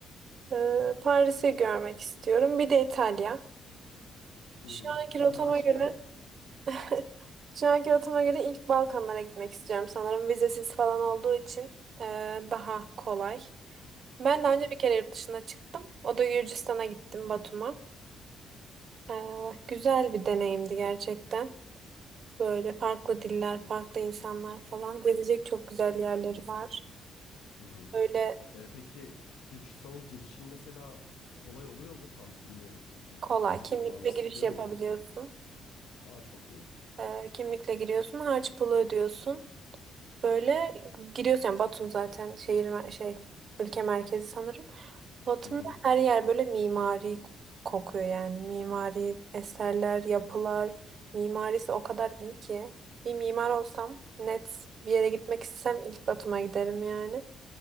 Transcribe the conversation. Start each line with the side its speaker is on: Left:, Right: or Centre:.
Right: e, Paris'i görmek istiyorum. Bir de İtalya.
Left: Hı
Right: Şu
Left: hı.
Right: anki rotama
Left: <laughs> Başka?
Right: göre, <laughs> şu anki rotama göre ilk Balkanlara gitmek istiyorum sanırım. Vizesiz falan olduğu için e, daha kolay. Ben
Left: Hı hı.
Right: daha önce bir kere yurt dışına çıktım. O da Gürcistan'a gittim, Batum'a. E, güzel bir deneyimdi gerçekten. Böyle farklı diller, farklı insanlar falan. Gezecek çok güzel yerleri var.
Left: Hı hı.
Right: Böyle
Left: Ee, peki Gürcistan'a girişin mesela kolay oluyor mu? Tam bilmiyorum çünkü.
Right: kolay.
Left: Vize
Right: Kimlikle
Left: falan istiyor
Right: giriş yapabiliyorsun.
Left: muydu? İsti- Aa çok iyi.
Right: Ee, kimlikle giriyorsun. Harç pulu ödüyorsun. Böyle giriyorsun. Yani Batum zaten şehir mer- şey ülke merkezi sanırım. Batum'da
Left: Hı hı.
Right: her yer böyle mimari kokuyor yani. Mimari eserler, yapılar. Mimarisi o kadar iyi ki. Bir mimar olsam net bir yere gitmek istesem ilk Batum'a giderim yani.